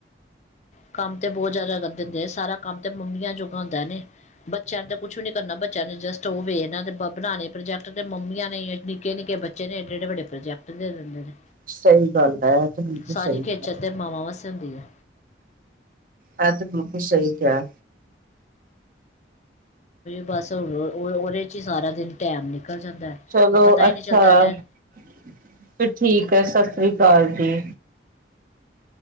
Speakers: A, on the left (about 40°); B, on the right (about 50°).
A: ਕੰਮ ਤੇ ਬਹੁਤ ਜ਼ਿਆਦਾ ਦਿੰਦੇ ਆ ਸਾਰਾ ਕੰਮ ਤੇ ਮੰਮੀਆਂ ਜੋਗਾ ਹੁੰਦਾ ਨੇ ਬੱਚਿਆਂ ਨੂੰ ਤਾਂ ਕੁੱਛ ਵੀ ਨਹੀਂ ਕਰਨਾ ਬੱਚਾ ਨੂੰ ਐਡਜਸਟ ਹੋਵੇ ਨਾ ਬਣਾਣੇ ਪ੍ਰੋਜੈਕਟ ਅਤੇ ਮੰਮੀਆਂ ਨੇ ਨਿੱਕੇ ਨਿੱਕੇ ਬੱਚੇ ਨੇ ਐਡੇ ਐਡੇ ਵੱਡੇ ਪ੍ਰਜੈਕਟ ਦੇ ਦਿੰਦੇ ਨੇ
B: ਸਹੀ ਗੱਲ ਹੈ ਬਿਲਕੁਲ
A: ਸਾਰੀ
B: ਸਹੀ
A: ਖੇਚਲ
B: ਹੈ
A: ਤੇ <unintelligible> ਹੈ
B: ਹੈ ਤੇ ਬਿਲਕੁਲ ਸਹੀ ਕਿਹਾ
A: ਬਸ ਉਹਦੇ ਚ, ਹੀ ਸਾਰਾ ਦਿਨ ਨਿਕਲ ਜਾਂਦਾ ਹੈ
B: ਚਲੋ
A: ਪਤਾ ਹੀ
B: ਅੱਛਾ
A: ਨਹੀਂ ਚੱਲਦਾ ਟੈ
B: ਫਿਰ ਠੀਕ ਹੈ ਸਤਿ ਸ੍ਰੀ ਅਕਾਲ ਸ਼੍ਰੀ ਅਕਾਲ ਜੀ